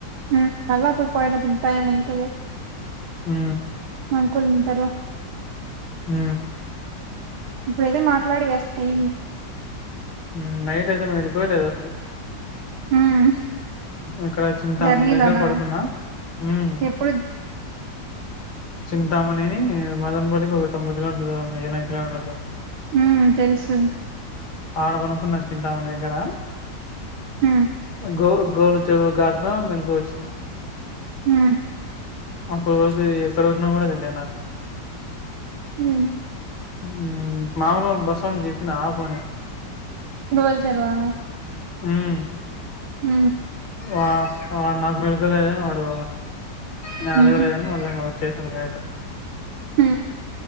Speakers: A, on the right; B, on the left.
A: నల్ పోయి పోయిటప్పుడు టైం ఉంట
B: మ్
A: అంకుల్ ఉంటారో
B: మ్
A: ఇప్పుడు అయితే మాట్లాడి వేస్ట్యి
B: మ్ నైట్ అయితే మెలుకువే లేదు అసలు
A: ఉమ్
B: ఇక్కడ చింతామందిగా
A: జర్నీలోనా
B: పడుకున్నా మ్
A: ఎప్పుడు
B: చింతామణిని మదన్ బల్లికి ఒక తొంభై కిలోమీటర్ దూరండి ఎనభై కిలోమీటర్లు
A: మ్ తెలుసు
B: ఆడబడుకున్న చింతామణి దగ్గర
A: మ్
B: గో గోళ చెరువు ఘాట్లో మెలుకువ వచిన్నయ్
A: మ్
B: అప్పటి వరకు ఎక్కడ ఉన్నా కూడా తెలిలే నాకు
A: మ్
B: మ్ మామలు బస చేపిన అ ఫో
A: గువల్ జర్వా
B: మ్
A: మ్
B: ఆ వాడు నాకు మిరుతలేద వాడు న అడగ్ర
A: ఉహు
B: మల్ స్టేషన్యిట
A: హ